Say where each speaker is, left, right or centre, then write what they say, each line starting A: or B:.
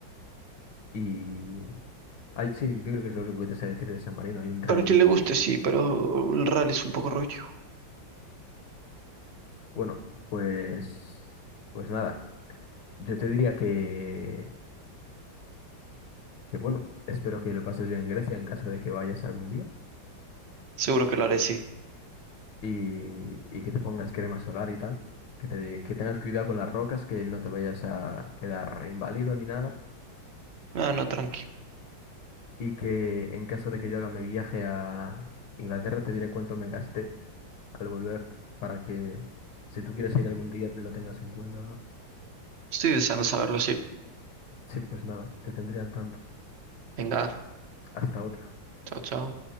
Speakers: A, on the left; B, on the right.
A: y hay, sí, yo creo que es lo único que te sé decir de San Marino. Hay un rally
B: Para quien
A: muy
B: le guste, sí, pero el rally es un poco rollo.
A: bueno, pues, pues nada, yo te diría que, que bueno, espero que lo pases bien en Grecia en caso de que vayas algún día.
B: Seguro que lo haré, sí.
A: y, y que te pongas crema solar y tal, que, te, que tengas cuidado con las rocas, que no te vayas a quedar inválido ni nada,
B: Ah, no, tranqui.
A: y que en caso de que yo haga mi viaje a Inglaterra te diré cuánto me gasté al volver para que si tú quieres ir algún día lo tengas en cuenta o no.
B: Estoy deseando saberlo, sí.
A: Sí, pues nada, te tendría al tanto.
B: Venga,
A: Hasta otra
B: chao, chao.